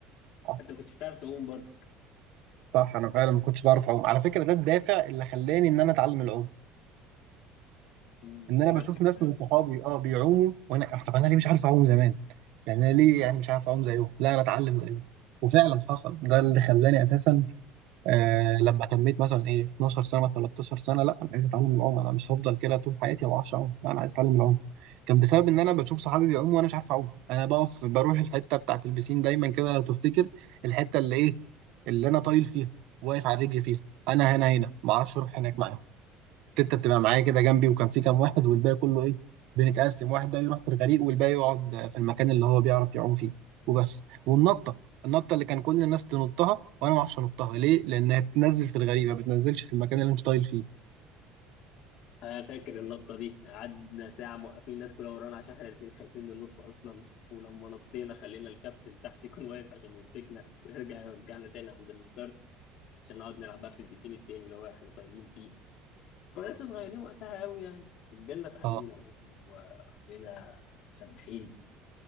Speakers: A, on the right; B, on the left.
A: آه،
B: انت كنتش بتعرف تعوم برضه
A: صح انا فعلا ما كنتش بعرف اعوم على فكره ده الدافع اللي خلاني ان انا اتعلم العوم
B: مم،
A: ان انا
B: نفس
A: بشوف
B: الكلام
A: ناس من صحابي اه بيعوموا وانا طب انا ليه مش عارف اعوم زمان يعني انا ليه يعني مش عارف اعوم زيهم لا انا اتعلم زيهم وفعلا حصل ده اللي خلاني اساسا آه لما تميت مثلا ايه 12 سنه 13 سنه لا انا عايز اتعلم العوم انا مش هفضل كده طول حياتي ما بعرفش اعوم لا انا عايز اتعلم العوم كان بسبب ان انا بشوف صحابي بيعوموا وانا مش عارف اعوم انا بقف بروح الحته بتاعت البسين دايما كده لو تفتكر الحته اللي ايه اللي انا طايل فيها واقف على رجلي فيها انا هنا هنا ما اعرفش اروح هناك معاهم تيتا بتبقى معايا كده جنبي وكان في كام واحد والباقي كله ايه بنتقسم واحد ده يروح في الغريق والباقي يقعد في المكان اللي هو بيعرف يعوم فيه وبس والنطه النطه اللي كان كل الناس تنطها وانا ما اعرفش انطها ليه لانها بتنزل في الغريق ما بتنزلش في المكان اللي انت طايل فيه
B: انا فاكر النطه دي قعدنا ساعه موقفين الناس كلها ورانا عشان احنا الاثنين خايفين ننط اصلا ولما نطينا خلينا الكابتن تحت يكون واقف عشان يمسكنا <laughs> ويرجع يرجعنا تاني عند الستارت عشان نقعد نلعب بقى في البيسين التاني اللي هو احنا طايلين فيه بس كنا لسه صغيرين وقتها قوي يعني كبرنا اتعلمنا
A: اه
B: العوم وبقينا سباحين